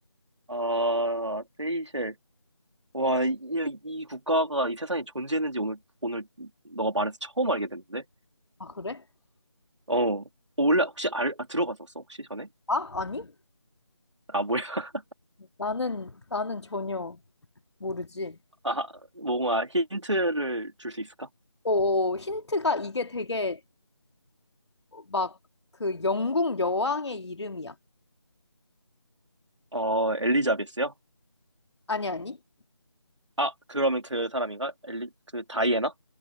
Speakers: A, on the right; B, on the left.
A: 아, 세이셸. 와, 이, 이 국가가 이 세상에 존재했는지 오늘, 오늘 너가 말해서 처음 알게 됐는데?
B: 아, 그래?
A: 어, 어, 원래 혹시 알, 아, 들어봤었어, 혹시 전에?
B: 아, 아니?
A: 아, 뭐야. <laughs>
B: 나는, 나는 전혀 모르지.
A: 아, 뭔가 힌트를 줄 수 있을까?
B: 어, 힌트가 이게 되게 막 그 영국 여왕의 이름이야.
A: 어, 엘리자베스요?
B: 아니, 아니.
A: 아, 그러면 그 사람인가? 엘리, 그 다이애나?